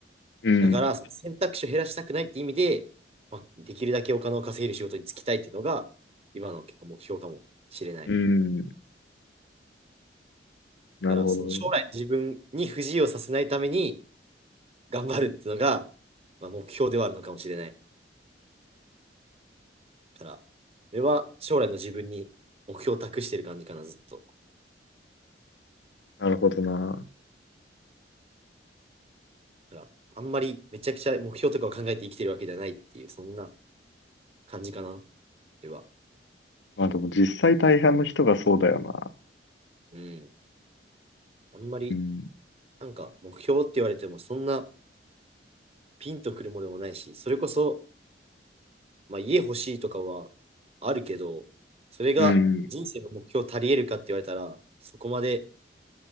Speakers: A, on the left (about 85°); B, on the right (about 35°).
A: うん。
B: だから、その選択肢を減らしたくないって意味で、まあ、できるだけお金を稼げる仕事に就きたいっていうのが、今の結構目標かもしれない。
A: うんなるほどね。
B: だから、その将来の自分に不自由させないために頑張るっていうのが、まあ、目標ではあるのかもしれないだから、それは将来の自分に目標を託してる感じかな、ずっと。
A: なるほどな。
B: だから、あんまりめちゃくちゃ目標とかを考えて生きてるわけじゃないっていう、そんな感じかな、では。
A: まあでも実際大半の人がそうだよな。
B: うん。あんまり、
A: うん。
B: なんか目標って言われても、そんなピンとくるものでもないし、それこそ、まあ、家欲しいとかはあるけど、それが人生の目標足り得るかって言われたら、
A: うん。
B: そこまで